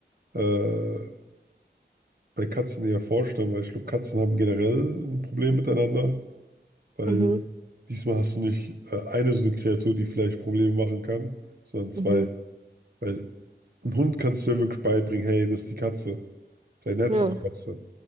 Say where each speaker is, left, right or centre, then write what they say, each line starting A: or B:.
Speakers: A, on the right; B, on the right.
A: äh, bei Katzen eher vorstellen, weil ich glaube, Katzen haben generell ein Problem miteinander. Weil
B: Mhm,
A: diesmal hast du nicht äh, eine so eine Kreatur, die vielleicht Probleme machen kann, sondern zwei.
B: mhm.
A: Weil ein Hund kannst du ja wirklich beibringen, hey, das ist die Katze. Sei nett
B: Ja,
A: zu der Katze.